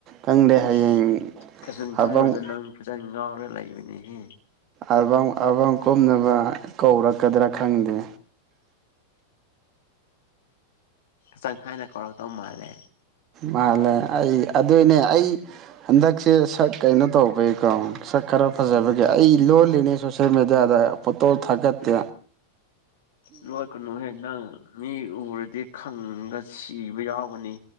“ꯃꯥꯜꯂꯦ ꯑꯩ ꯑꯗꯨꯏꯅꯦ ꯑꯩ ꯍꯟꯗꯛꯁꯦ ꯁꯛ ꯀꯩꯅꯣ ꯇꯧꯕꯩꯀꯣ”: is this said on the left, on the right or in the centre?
Right